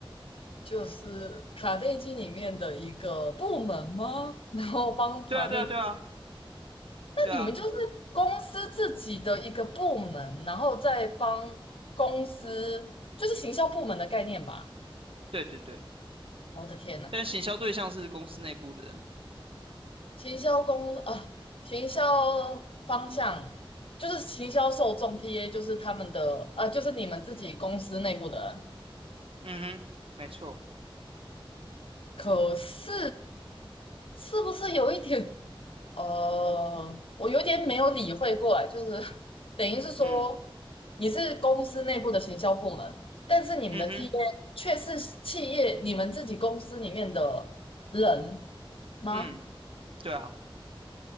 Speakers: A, on the left; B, on the right.
A: 就是卡内基里面的一个部门吗？然后帮卡内基，
B: 对啊对啊对啊
A: 那你们就是公司自己的一个部门，
B: 对啊，
A: 然后再帮公司，就是行销部门的概念吧？
B: 对对对，
A: 我的天呐！
B: 但行销对象是公司内部的人，
A: 行销公啊，行销方向就是行销受众 TA，就是他们的呃，就是你们自己公司内部的人。
B: 嗯哼，没错，
A: 可是是不是有一点呃，我有点没有理会过来，就是等于是说
B: 嗯
A: 你是公司内部的行销部门，但是你们的
B: 嗯哼，
A: TA 却是企业你们自己公司里面的人吗？
B: 嗯，对啊，